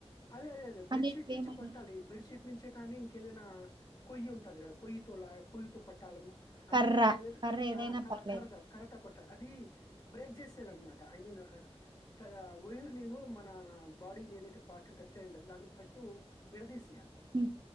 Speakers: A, on the left; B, on the right.
A: అదే అదే అదే బెడ్షీట్
B: అనేటివేమన్నా
A: నుంచి కొట్టాలి బెడ్షీట్ నుంచి కానీ ఇం కేదైనా కొయ్యి ఉంటది కదా కొయ్యితో లా కొయ్యితో కొట్టాలమ్మ అంటే
B: కర్ర
A: ఇప్పుడు ఏదైతే
B: కర్ర
A: కర
B: ఏదైనా
A: ఆ కర్ర
B: పర్లేదు
A: కర్రత కరత కొట్టాలి అది బ్రేక్ చేసేలన్న మాట ఐ మీన్ కయా వైర్ నీ నూ మన బాడీని ఏదైతే పార్ట్ టచ్ అయ్యుంటాది దాన్ని ఫస్ట్ విడదీసి
B: మ్